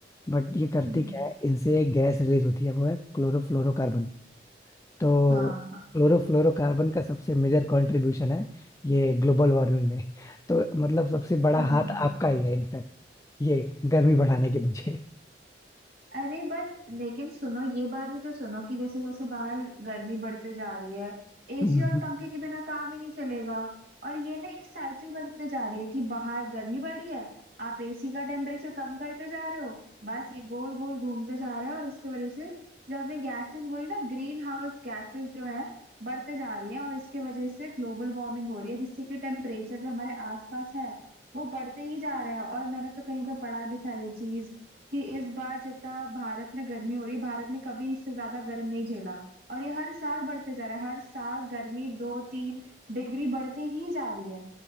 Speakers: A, on the left; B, on the right.
A: बट ये करते
B: हम्म
A: क्या है इनसे एक गैस रिलीज होती है वो है क्लोरोफ्लोरोकार्बन तो
B: हाँ हाँ
A: क्लोरोफ्लोरोकार्बन का सबसे मेजर कंट्रीब्यूशन है ये ग्लोबल वार्मिंग में तो मतलब सबसे बड़ा
B: हम्म
A: हाथ आपका ही है इनफैक्ट ये गर्मी बढ़ाने के पीछे
B: अरे बट लेकिन सुनो ये बात भी तो सुनो कि जैसे जैसे बाहर गर्मी बढ़ते जा रही है एसी
A: हम्म।
B: और पंखे के बिना काम ही नहीं चलेगा और ये ना एक साइकिल बनते जा रही है कि बाहर गर्मी बढ़ रही है आप एसी का टेम्परेचर कम करते जा रहे हो बस ये गोल गोल घूमते जा रहा है और इसकी वजह से जो आपने गैसेस बोली ना ग्रीन हाउस गैसेस जो है बढ़ते जा रही है और इसके वजह से ग्लोबल वार्मिंग हो रही है जिससे कि टेम्परेचर जो हमारे आसपास है वो बढ़ते ही जा रहा है और मैंने तो कहीं पे पढ़ा भी था ये चीज कि इस बार जितना भारत में गर्मी हो रही है भारत ने कभी इससे ज्यादा गर्म नहीं झेला और ये हर साल बढ़ते जा रहा है हर साल गर्मी दो तीन डिग्री बढ़ते ही जा रही है